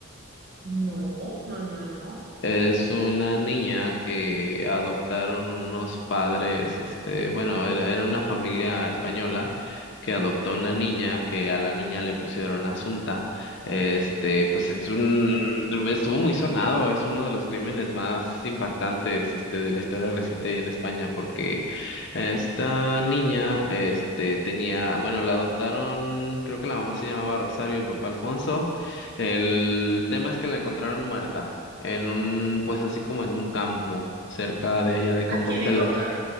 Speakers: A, on the right; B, on the left.
A: no, no, no, no, no.
B: Es una niña que adoptaron unos padres, este, bueno, era, era una familia española que adoptó una niña que a la niña le pusieron Asunta. Este, pues es un, estuvo muy sonado, es uno de los crímenes más impactantes, este, de la historia reciente y en España, porque esta niña, este, tenía, bueno, la adoptaron, creo que la mamá se llamaba Rosario, el papá Alfonso. El tema es que la encontraron muerta en un, pues así como en un campo cerca de allá de Compostela,
A: ¿A quién encontrar?